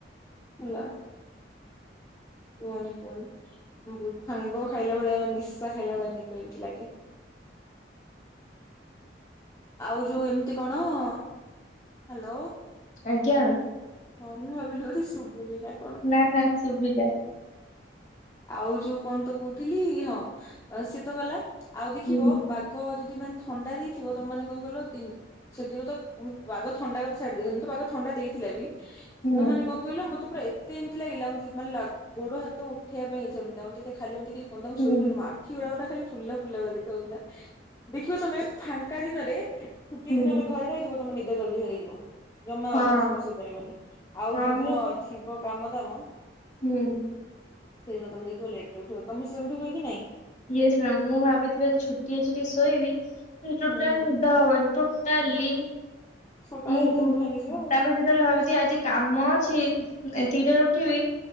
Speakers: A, on the left; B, on the left.
A: ହେଲା କୁହନି କୁହନି। ହୁଁ ଭାଙ୍ଗ ଖାଇଲା ଭଳିଆ ବା ନିଶା ଖାଇଲା ଭଳିଆ ନିଦ ଏମିତି ଲାଗେ। ଆଉ ଯୋଉ ଏମିତି କଣ ହ୍ୟାଲୋ।
B: ଆଜ୍ଞା।
A: ହଁ ମୁଁ ଭାବିଲି ବୋଧେ ଶୁଭୁନି ନା କ
B: ନା ନା ଚୁବିିଲା।
A: ଆଉ ଯୋଉ କଣ ତ କହୁଥିଲି ହଁ ସେ ତ ଗଲା ଆଉ ଦେଖିବ
B: ହୁଁ
A: ପାଗ ଯଦି ମାନେ ଥଣ୍ଡା ଦେଇଥିବ ତମାନେ କଣ କଇଲ ଦିନ ସେଦିନ ତ ଉ ପାଗ ଥଣ୍ଡା କରି ଛାଡି ଦିଅ ଏମିତି ପାଗ ଥଣ୍ଡା ଦେଇଥିଲା ବି
B: ହୁଁ
A: ମ ମାନେ କଣ କହିଲ ମତେ ପୁରା ଏତେ ଏମିତି ଲାଗିଲା ମୁଁ ଜି ମାନେ ଗୋଡ ହାତ ଉଠେଇବା ପାଇଁ ଇଚା ହୁଁଥିଲା ମତେ ଖାଲି ମତେ କିଏ କୁଅନ୍ତା ମୁଁ
B: ହୁଁ
A: ଶୋଇବି ଆଖି ଗୋଡା ଖାଲି ଫୁଲଲା ଫୁଲଲା ଭଳିଆ ଦେଖାଉଥିଲା ଦେଖିବ ତମେ ଫାଙ୍କା ଦିନରେ ଛୁଟି
B: ହୁଁ
A: ଦିନରେ ଘରେ ରହିଥିବ ତମ ନିଦ ଜଲଦି ଭାଙ୍ଗିଯିବ। ଜମା
B: ହଁ
A: ଅଧିକ ସମୟ ଶୋଇପାରିବନି ଆଉ
B: ହଁ
A: ଯୋଉଦିନ ଥିବ କାମ ଦାମ
B: ହୁଁ।
A: ସେଦିନ ତମେ ଦେଖିବ ଲେଟ୍ ରେ ଉଠିବ ତମର ସେମତି ହୁଏ କି ନାଇଁ।
B: ୟେସ୍ ମ୍ୟାାମ ମୁଁ ଭାବିଥିବି ଆଜି ଛୁଟି ଅଛି ଟିକେ ଶୋଇବି ଟୋଟାଲ
A: ହୁଁ ହୁଁ
B: ନିଦ ହବନି ଟୋଟାଲି
A: ସକାଳ
B: ମୁଁ
A: ହେଲେ ତ ନିଦ ଭାଙ୍ଗିଯିବ ଆଉ
B: ତାପରେ ଯେତବେଳେ ଭାବିଥିବି ଆଜି କାମ ଅଛି ଏତିକିଟାରେ ଉଠିବି